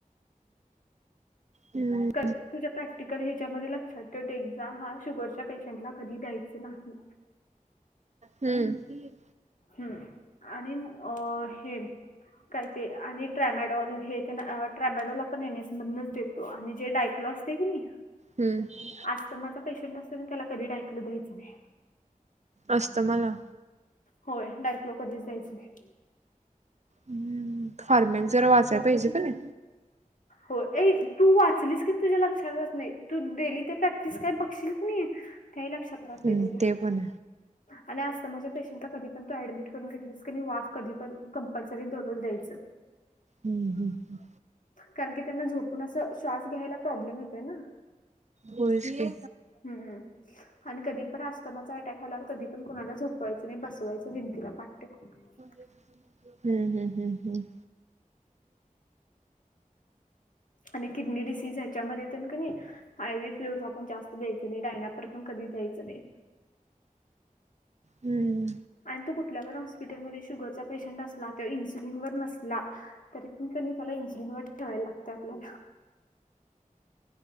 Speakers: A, on the right; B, on the left.
A: हम्म.
B: तुझ्या प्रॅक्टिकल ह्याच्यामध्ये लक्षात ठेव. डेक्झा हा शुगरच्या पेशंटला कधी द्यायच नाही.
A: हम्म.
B: हम् आणि अ हे काय ते आणि ट्रॅमॅडॉल हे तेन ट्रॅमॅडॉल आपण येनेसमधनच दे अ आणि जे डायक्लो असतय कनी
A: हम्म
B: अस्थमाचा पेशंट असतो कनयी त्याला कधी डायक्लो क्लो द्यायची नाही.
A: अस्थमाला
B: होय डायक्लो कधीच द्यायचं नाही.
A: हम् फार्म्यांंग जरा वाचायला पाहिजे का नाही.
B: हो ए तू वाचलीस कि तुझ्या लक्षात रहात नाही तू डेली ते प्रॅक्टिस काय बघशील क नाही त्यावेळी लक्षात राहत
A: हम्म
B: नाही तुझ्या
A: ते पण
B: आणि अस्थमाचा पेशंटला कधी पण तु ऍडमिट करून घेतलस किनी वास कधी पण कंपल्सरी दररोज द्यायच.
A: हम्म हम्म
B: कारण की त्यांना झोपून अस श्वास घ्यायला प्रॉब्लेम येतोय ना
A: होयच की
B: हम्म हम्म आणि कधी पण आस्थमाचा अटॅक आल्यावर कधी पण कुणाला झोपवायचं नाही बसवायचं भिंतीला पाट टेकून <inaudible>
A: हम्म हम्म हम्म हम्म
B: आणि किडनी डिसीज ह्याच्यामध्ये तेन किनी आय व्ही एफ फ्लुरो पण जास्त द्यायच नाही डायन्यापर पण कधी द्यायचं नाही.
A: हम्म
B: आणि तो कुठल्या पण हॉस्पिटलमध्ये शुगरचा पेशंट असला किंवा इन्सुलिन वर नसला तरी पण कनी त्याला इन्सुलिनवर ठेवाय लागतय आपल्याला